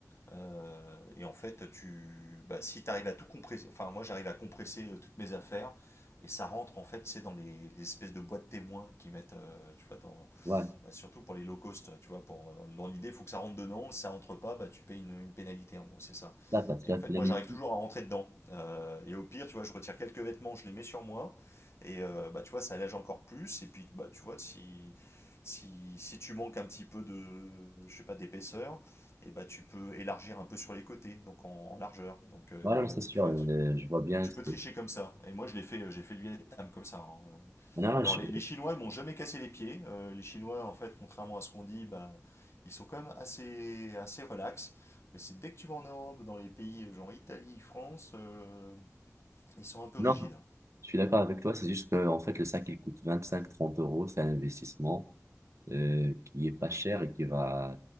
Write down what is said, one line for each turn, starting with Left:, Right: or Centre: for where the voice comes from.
Left: Euh, et en fait, tu, bah, si tu arrives à tout compresser, enfin moi j'arrive à compresser euh, toutes mes affaires, et ça rentre en fait, c'est dans les, les espèces de boîtes témoins qui mettent, euh, tu vois, dans,
Right: Ouais,
Left: bah, surtout pour les low cost, tu vois, pour, euh, dans l'idée, il faut que ça rentre dedans, si ça rentre pas, bah, tu payes une, une pénalité, en gros, c'est ça.
Right: Là, parce que
Left: Et
Right: là,
Left: en fait,
Right: tu l'as
Left: moi,
Right: dit.
Left: j'arrive toujours à rentrer dedans. Euh, et au pire, tu vois, je retire quelques vêtements, je les mets sur moi, et euh, bah, tu vois, ça allège encore plus, et puis, bah, tu vois, si, si, si tu manques un petit peu de, je sais pas, d'épaisseur, et bah, tu peux élargir un peu sur les côtés, donc en, en largeur. Donc, euh,
Right: Voilà, mais c'est sûr,
Left: tu vois,
Right: euh,
Left: tu,
Right: je vois bien.
Left: donc tu
Right: ce
Left: peux tricher
Right: que-
Left: comme ça. Et moi, je l'ai fait, euh, j'ai fait le Vietnam comme ça. hein.
Right: Non, non,
Left: Alors
Right: je...
Left: les, les Chinois ils m'ont jamais cassé les pieds. Euh, les Chinois en fait, contrairement à ce qu'on dit, bah, ils sont quand même assez, assez relax. Mais c'est dès que tu vas en Europe, dans les pays genre Italie, France, euh, ils sont un peu
Right: non,
Left: rigides. hein.
Right: je suis d'accord avec toi. C'est juste que, en fait, le sac, il coûte 25-30 euros. C'est un investissement euh, qui est pas cher et qui va.